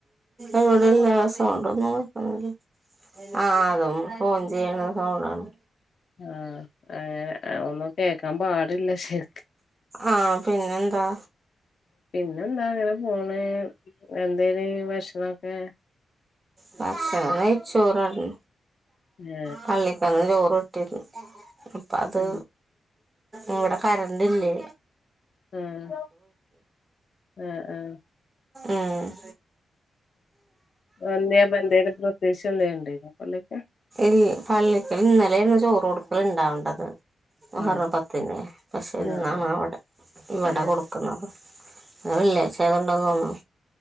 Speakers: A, on the right; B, on the left.
A: ഇവടല്ല സൗണ്ടൊന്നും കേക്ക്ന്നില്ല ആ അതും ഫോൺ ചെയ്യ്ണ സൗണ്ടാണ്
B: ആ അങ്ങനെ ഒന്നും കേക്കാൻ പാടില്ല ശെ
A: ആ പിന്നെന്താ
B: പിന്നെന്താ അങ്ങനെ പോണ് എന്തെനി ഭഷണംക്കെ?
A: ഭക്ഷണം നൈയ്ച്ചോറാണ്
B: ആ
A: പള്ളിക്കന്ന് ചോറ് <unintelligible> ഇപ്പ അത്
B: ആ
A: ഇവിടെ കരണ്ടില്ലെ
B: ഏഹ് ഏഹ് ഏഹ്
A: ഏഹ്
B: അഹ്ന്തെ എന്ത്യേലും ഉദ്ദേഷം എന്തേം ഇണ്ടായ്ര്ന്നോ പള്ളിക്കെ
A: ൽ പള്ളിക്കെ ഇന്നലെണ് ചോറ് കൊടുക്കല് ഇണ്ടാവണ്ടത് മുഹറം
B: ആ
A: പത്തിന് പക്ഷെ
B: ആ ആ
A: ഇന്നാണ് അവിടെ ഇവിടെ
B: ആ
A: കൊടുക്കുന്നത് ഇന്ന് വെള്ളി ആയ്ച്ച ആയതോണ്ട തോന്ന്ണു